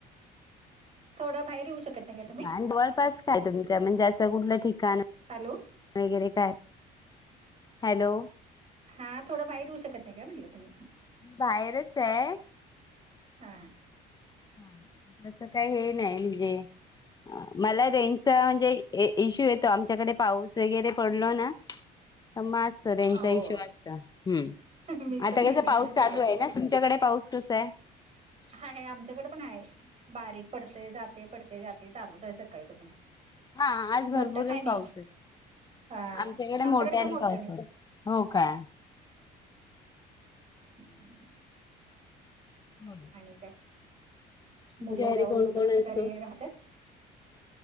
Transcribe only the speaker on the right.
थोड बाहेर येऊ शकत नाही का तुम्ही
हॅलो
हा थोडं बाहेर येऊ शकत नाही काय? म्हटलं तुम्ही
हां.
हा
हो
मी पण
गल्लीमध्येच
उभा
हा आहे आमच्याकडे पण आहे बारीक पडते जाते पडते जाते चालूच आहे सकाळीपासून.
मोठं
काय नाही
हा
काय मोठं
नाही
हम् <unintelligible>
आणि काय?
मुलं जाऊन
येऊपर्यंत
घरी
राहतात